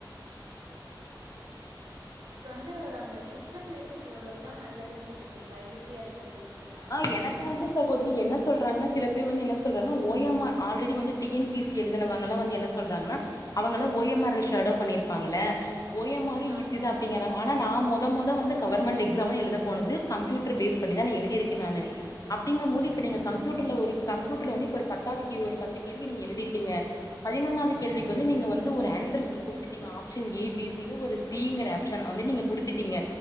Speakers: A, on the right; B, on the left.
A: ஒங்களுக்கு வந்து அந்த சிஸ்டம் பேசிக்ல உள்ளது தா நல்லதுன்னு சொல்றீங்களா ஈஸியா இருக்கு குன்றீங்களா
B: ஆ எனக்கு வந்து சகோதரி என்ன சொல்றாங்கன்னா சில பேர் வந்து என்ன சொல்றாங்க ஓ எம் ஆர் ஆல்ரெடி வந்து டி என் பி சி எழுதுனவங்களா என்ன சொல்றாங்கன்னா அவங்கள ஓ எம் ஆர் ஷேடோ பண்ணிருப்பாங்கள ஓ எம் ஆர்ம்
A: ஆமா
B: ஈசி தா அப்டிங்க தாங்க ஆனா நா மெத மெத வந்து கவர்மெண்ட் எக்ஸாம் எழுத போனது கம்ப்யூட்டர் பேஸ் பண்ணிதான எழுதிருக்கே நானு அப்டிங்கூ போது இப்ப
A: ஆஹா
B: நீங்க கம்யூட்டர்ல ஒரு கம்ப்யூட்டர்ல வந்து இப்ப ஒரு பத்தாவது கே ஒரு பத்து கேள்வி நீங்க எழுதிர்கீங்க பதினொன்னாது கேள்விக்கு
A: ம்
B: வந்து நீங்க வந்து ஒரு ஆன்சர் நீ குடுத்துட்டீங்க ஆப்ஷன் ஏ பி சில ஒரு சிங்கிற ஆப்ஷன வந்து நீங்க குடுத்துட்டீங்க